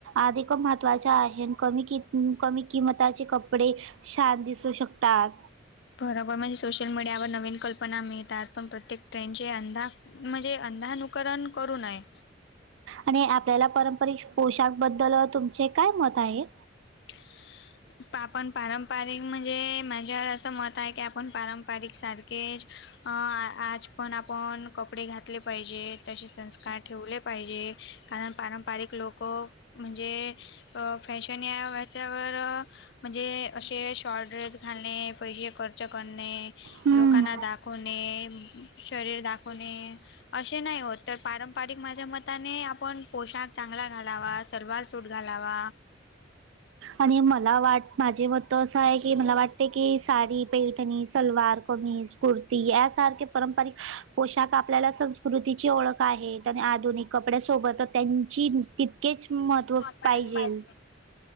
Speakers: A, on the right (about 85°); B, on the left (about 65°).
A: अधिक महत्त्वाच्या आहे, आणि कमी कि कमी किंमताचे कप कपडे छान दिसू शकतात.
B: बराबर, म्हणजे सोशल मीडियावर नवीन कल्पना मिळतात, पण प्रत्येक ट्रेंडचे अंधा म्हणजे अंधानुकरण करू नये.
A: आणि आपल्याला पारंपरिक पोशाख बद्दल तुमचे काय मत आहे.
B: ओके. आपण पारंपरिक म्हणजे, माझ्यावर असं मत आहे की आपण पारंपारिक सारखेच अ आज पण आपण कपडे घातले पाहिजे, तसे संस्कार ठेवले पाहिजे, कारण पारंपरिक लोकं म्हणजे फॅशन या वाच्यावर म्हणजे असे शॉर्ट ड्रेस घालणे, पैसे कर्च करणे,
A: हम्म
B: लोकांना दाखवणे, शरीर दाखवणे, असे नाहि होत, तर पारंपरिक माझ्या मताने आपण पोशाख चांगला घालावा. सलवार सूट घालावा,
A: आणि मला वाट माझे मत असं आहे की मला वाटतय की साडी पैठणी, सलवार कमीज. कुर्ती यासारखे पारंपरिक पोशाख आपल्याला स कृतीची ओळख आहे आणि आधुनिक कपड्यासोबत त्यांची तितकेच महत्त्व
B: <inaudible>
A: पाहिजेल.